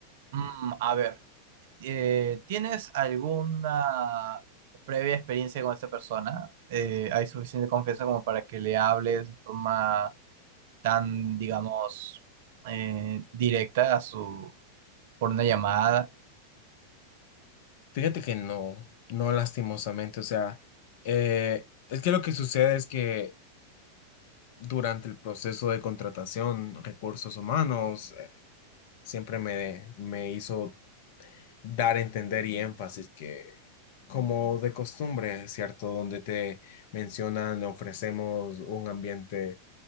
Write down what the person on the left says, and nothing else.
Fíjate que no, no lastimosamente, o sea, eh, es que lo que sucede es que durante el proceso de contratación, recursos humanos eh, siempre me, me hizo dar a entender y énfasis que, como de costumbre, ¿cierto? Donde te mencionan, ofrecemos un ambiente